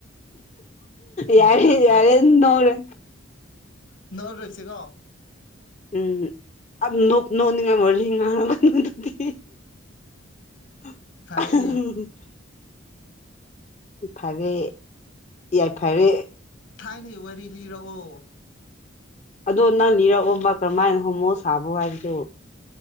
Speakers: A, on the left; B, on the left.
A: ꯌꯥꯔꯦ
B: ꯒ꯭ꯌꯥꯟ ꯇꯥꯗ꯭ꯔꯦ
A: ꯌꯥꯔꯦ ꯅꯣꯛꯔꯣꯏ꯫
B: ꯅꯣꯛꯔꯣꯏꯁꯦ ꯀꯣ꯫
A: ꯎꯝ ꯅꯣꯛꯅꯤꯡꯉꯥꯏ ꯋꯥꯔꯤ ꯉꯥꯡꯔꯛꯒꯅꯨ ꯗꯨꯗꯤ꯫ <unintelligible>
B: ꯐꯔꯦꯅꯦ
A: ꯐꯔꯦ ꯌꯥꯏ ꯐꯔꯦ꯫
B: ꯊꯥꯏꯅꯩ ꯋꯥꯔꯤ ꯂꯤꯔꯛꯑꯣ꯫
A: ꯑꯗꯣ ꯅꯪ ꯂꯤꯔꯛꯑꯣꯕ ꯀꯔꯝꯃꯥꯏꯅ ꯍꯣꯃꯣ ꯁꯥꯕ꯭ꯔꯣ ꯍꯥꯏꯕ